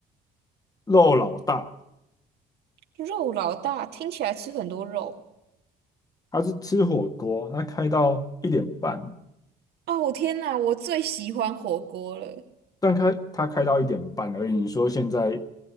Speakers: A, on the left; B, on the right.
A: 肉老大，
B: 肉老大听起来吃很多肉
A: 他是吃火锅，他开到一点半，
B: 哦，天哪，我最喜欢火锅了。
A: 但开他开到一点半而已。你说现在，